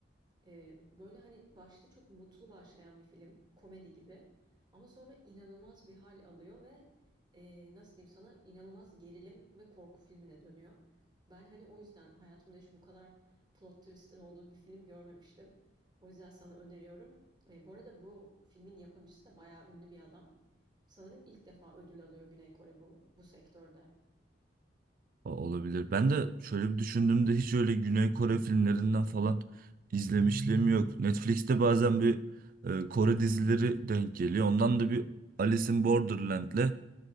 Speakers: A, on the right (about 25°); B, on the right (about 50°).
A: Ee, böyle hani başta çok mutlu başlayan bir film, komedi gibi. Ama sonra inanılmaz bir hal alıyor ve e, nasıl diyeyim sana inanılmaz gerilim ve korku filmine dönüyor. Ben hani o yüzden hayatımda hiç bu kadar plot twist'in olduğu bir film görmemiştim. O yüzden sana öneriyorum. E, bu arada bu filmin yapımcısı da bayağı ünlü bir adam. Sanırım ilk defa ödül alıyor Güney Kore bu, bu sektörde.
B: O- Olabilir. Ben de şöyle bir düşündüğümde hiç öyle Güney Kore filmlerinden falan izlemişliğim yok. Netflix'te bazen bir e, Kore dizileri denk geliyor. Ondan da bir Alice in Borderland'le